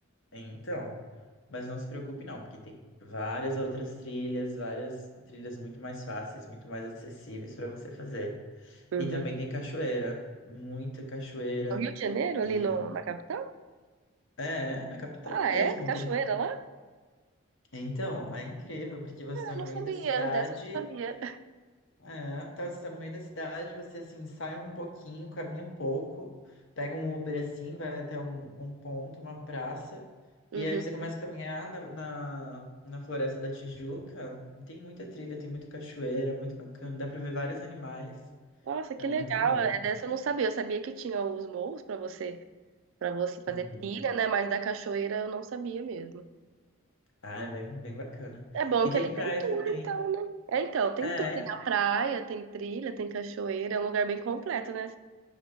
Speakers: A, on the left (about 65°); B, on the right (about 65°).
A: então, mas não se preocupe não, porque tem várias outras trilhas, várias trilhas muito mais fáceis, muito mais acessíveis para você fazer.
B: Uhum.
A: E também tem cachoeira, muita cachoeira
B: No Rio de Janeiro,
A: e
B: ali no, na capital?
A: é, é, na capital
B: Ah,
A: mesmo,
B: é? Cachoeira
A: tem
B: lá? Ah,
A: Então, é incrível, porque você está
B: não
A: no meio
B: sabia.
A: da cidade
B: Dessa eu não sabia.
A: É, tá, você tá no meio da cidade, você assim, sai um pouquinho, caminha um pouco, pega um Uber assim, vai até um, um ponto, uma praça,
B: Uhum.
A: e aí você começa a caminhar na, na, na Floresta da Tijuca. e Tem muita trilha, tem muita cachoeira, muito bacana, dá pra ver vários animais,
B: Nossa, que
A: é muito
B: legal.
A: bom.
B: É, Dessa eu não sabia. Eu sabia que tinha os morros pra você, para você fazer
A: Uhum.
B: trilha, né? Mas da cachoeira eu não sabia mesmo.
A: Ah, é bem, bem bacana.
B: É bom
A: E
B: que
A: tem
B: ele
A: praia
B: tem tudo,
A: também.
B: então, né? É, então, tem
A: É,
B: tudo. Tem a praia, tem trilha, tem cachoeira. É um lugar bem completo, né?